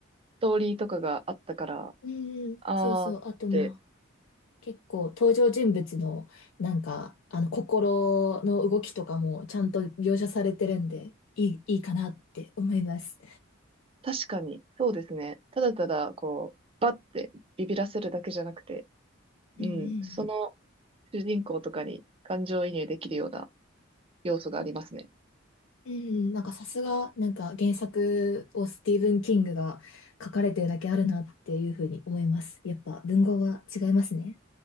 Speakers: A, on the right; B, on the left.
A: ストーリーとかがあったから、
B: うーん、
A: あーって、
B: そうそう。あとまあ、結構登場人物のなんか、あの、心の動きとかもちゃんと描写されてるんで、いい、いいかなって思います。
A: 確かに、そうですね。ただただ、こう、バッてビビらせるだけじゃなくて、
B: うんう
A: うん、その
B: ん
A: 主人公とかに感情移入できるような要素がありますね。
B: うん、なんかさすが、なんか原作をスティーブン・キングが書かれてるだけあるなっていうふうに思います。やっぱ文豪は違いますね。